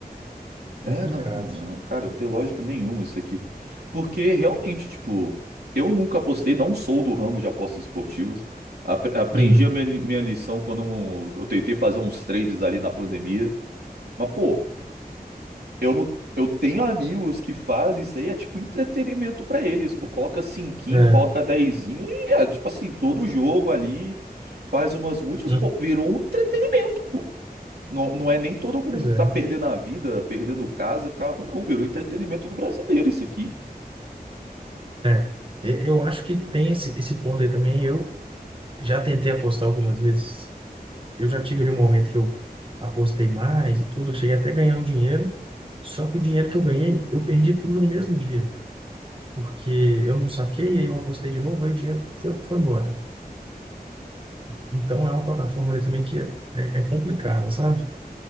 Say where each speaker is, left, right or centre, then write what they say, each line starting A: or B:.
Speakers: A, on the right (about 35°); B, on the right (about 85°).
A: complicado.
B: É, não, cara, não tem lógica nenhuma isso aqui. Porque realmente, tipo, eu nunca apostei, não sou do ramo de apostas esportivas. Apre- Aprendi
A: Uhum.
B: a minha, li- minha lição quando um- eu tentei fazer uns trades ali na pandemia. Mas, pô, eu não, eu tenho amigos que fazem isso aí, é tipo entretenimento pra eles, pô. Coloca cinquinho,
A: É,
B: coloca dezinho e é tipo assim, todo jogo ali faz umas múltiplas,
A: hum,
B: pô, virou um entretenimento, pô. Não, não é nem todo mundo
A: pois é.
B: que tá perdendo a vida, perdendo casa, carro, não. Virou entretenimento do brasileiro isso aqui.
A: É. E- Eu acho que tem esse, esse ponto aí também. Eu já tentei apostar algumas vezes. Eu já tive ali um momento que eu apostei mais e tudo. Eu cheguei até a ganhar um dinheiro. Só que o dinheiro que eu ganhei, eu perdi tudo no mesmo dia. porque eu não saquei, aí eu apostei de novo, aí o dinheiro foi, foi embora. Então é uma plataforma ali também que é, é, é complicada, sabe?